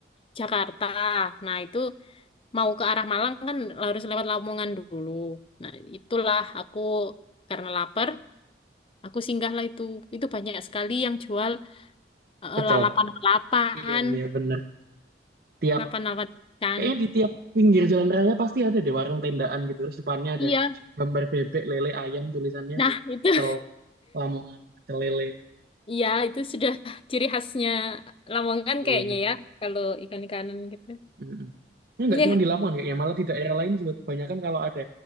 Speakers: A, on the left; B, on the right.
A: Jakarta. Nah, itu mau ke arah Malang kan harus lewat Lamongan dulu. Nah, itulah aku karena lapar Aku singgahlah itu. Itu banyak sekali yang jual eh,
B: Pecel.
A: lalapan-lalapan,
B: Iya, iya bener. Tiap
A: lalapan-lalapan ikan.
B: Kayaknya di tiap pinggir jalan raya pasti ada deh warung tendaan gitu. Terus depannya ada
A: Iya,
B: gambar bebek, lele, ayam, tulisannya
A: nah itu
B: Pecel
A: <laughs>
B: Lamongan, pecel lele.
A: Iya, itu sudah ciri khasnya Lamongan
B: Iya.
A: kayaknya
B: bener.
A: ya, kalau ikan-ikanan gitu.
B: Mm-mm. Ini nggak
A: Iya.
B: cuma di Lamongan kayaknya, malah di daerah lain juga kebanyakan kalau ada